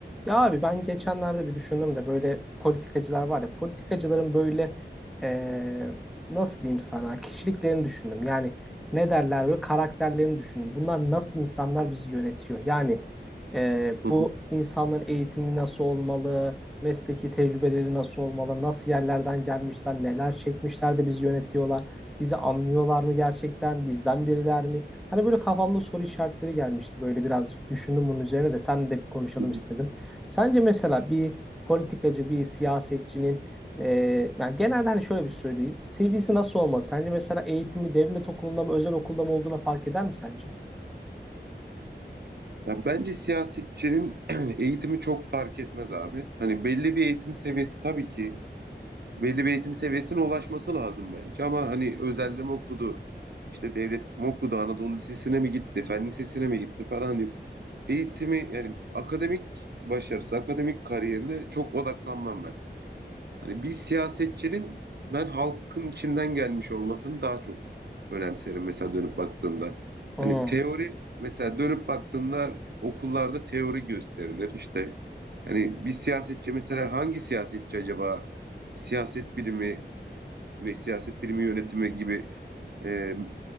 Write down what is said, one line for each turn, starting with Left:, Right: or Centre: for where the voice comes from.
Centre: Ya abi ben geçenlerde bir düşündüm de böyle politikacılar var ya politikacıların böyle eee, nasıl diyeyim sana kişiliklerini düşündüm. Yani ne derler böyle karakterlerini düşündüm. Bunlar nasıl insanlar bizi yönetiyor? Yani eee,
Right: Hı
Centre: bu
Right: hı,
Centre: insanların eğitimi nasıl olmalı? Mesleki tecrübeleri nasıl olmalı? Nasıl yerlerden gelmişler? Neler çekmişler de bizi yönetiyorlar? Bizi anlıyorlar mı gerçekten? Bizden biriler mi? Hani böyle kafamda soru işaretleri gelmişti. Böyle biraz düşündüm bunun üzerine de seninle de bir konuşalım
Right: hı hı.
Centre: istedim. Sence mesela bir politikacı, bir siyasetçinin e, yani genelde hani şöyle bir söyleyeyim. CV'si nasıl olmalı? Sence mesela eğitimi devlet okulunda mı, özel okulda mı olduğuna fark eder mi sence?
Right: Ya bence siyasetçinin <clears throat> eğitimi çok fark etmez abi. Hani belli bir eğitim seviyesi tabii ki belli bir eğitim seviyesine ulaşması lazım bence. Ama hani özelde mi okudu, işte devlet mi okudu, Anadolu Lisesi'ne mi gitti, Fen Lisesi'ne mi gitti falan diyeyim. Eğitimi yani akademik başarısı, akademik kariyerine çok odaklanmam ben. Hani bir siyasetçinin ben halkın içinden gelmiş olmasını daha çok önemserim mesela dönüp baktığında.
Centre: Hmm.
Right: Hani teori mesela dönüp baktığında okullarda teori gösterilir. İşte hani bir siyasetçi mesela hangi siyasetçi acaba siyaset bilimi ve siyaset bilimi yönetimi gibi e,